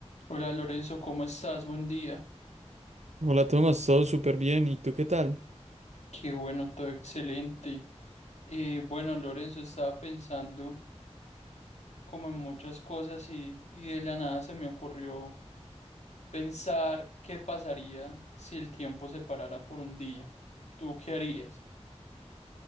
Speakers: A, on the left; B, on the right.
A: Hola Lorenzo, ¿cómo estás? Buen día.
B: Hola Tomás, todo súper bien. ¿Y tú qué tal?
A: Qué bueno, todo excelente. Eh, bueno, Lorenzo, estaba pensando como en muchas cosas y, y de la nada se me ocurrió pensar qué pasaría si el tiempo se parara por un día. ¿Tú qué harías?